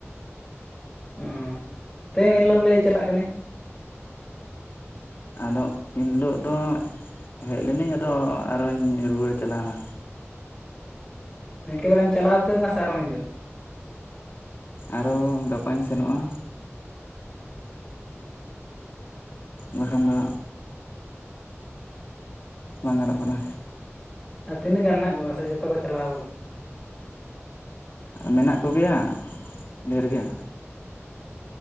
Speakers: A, on the left; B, on the left.
A: ᱚ ᱛᱟᱹᱣ ᱮᱱᱦᱤᱞᱳᱜ ᱮᱢ ᱞᱟᱹᱭᱮᱫ ᱪᱟᱞᱟᱜ ᱠᱟᱹᱱᱟᱧ᱾
B: ᱟᱫᱚ ᱮᱱᱦᱤᱞᱳᱜ ᱫᱚ ᱦᱮᱡ ᱞᱮᱱᱟᱹᱧ ᱟᱫᱚ ᱟᱨᱚᱧ ᱨᱩᱣᱟᱹᱲ ᱪᱟᱞᱟᱣᱱᱟ᱾
A: ᱮᱠᱵᱟᱨᱮᱢ ᱪᱟᱞᱟᱣ ᱩᱛᱟᱹᱨᱱᱟ ᱥᱮ ᱟᱨᱚᱢ ᱦᱤᱡᱩᱜᱼᱟ?
B: ᱟᱨᱚ ᱜᱟᱯᱟᱧ ᱥᱮᱱᱚᱜᱼᱟ᱾ ᱵᱟᱠᱷᱟᱱ
A: ᱦᱩᱸ
B: ᱫᱚ ᱵᱟᱝ ᱜᱟᱱᱚᱜ ᱠᱟᱱᱟ᱾
A: ᱟᱨ ᱛᱤᱱᱟᱹᱜ ᱜᱟᱱ ᱦᱮᱱᱟᱜ ᱠᱚᱣᱟ ᱥᱮ ᱡᱚᱛᱚ ᱠᱚ ᱪᱟᱞᱟᱣ
B: ᱢᱮᱱᱟᱜ ᱠᱚ ᱜᱮᱣᱟ ᱰᱷᱮᱨ ᱜᱮ